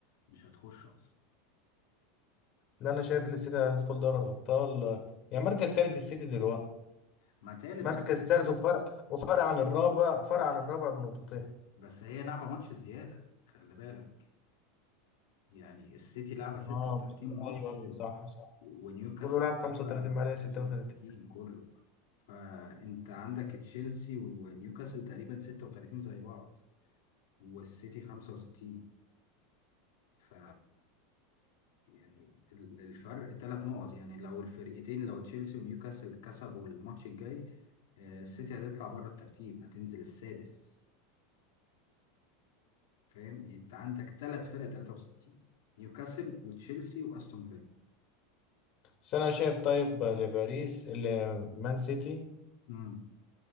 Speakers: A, on the left; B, on the left.
A: مش هتخش اصلا
B: لا أنا شايف إن السيتي هتدخل دوري الأبطال آه، يعني مركز تالت السيتي دلوقتي
A: ما تالت
B: مركز
A: بس
B: تالت وفرق وفرق عن الرابع فرق عن الرابع بنقطتين
A: بس هي لعبه ماتش زياده خلي بالك يعني السيتي لعبه 36
B: اه بس-
A: ماتش
B: ايوه ايوه
A: و-
B: صح صح
A: ونيوكاسل
B: كله لعب 35
A: لعبه
B: ما عليه
A: 35
B: 36
A: كله فانت عندك تشيلسي ونيوكاسل تقريبا 36 زي بعض والسيتي 65 ف يعني ال- الفرق ثلاث نقط يعني لو الفرقتين لو تشيلسي ونيوكاسل كسبوا الماتش الجاي آه، السيتي هتطلع بره الترتيب هتنزل السادس فاهم انت عندك ثلاث فرق 63 نيوكاسل وتشيلسي واستون فيلا
B: بس انا شايف طيب لباريس مان سيتي
A: امم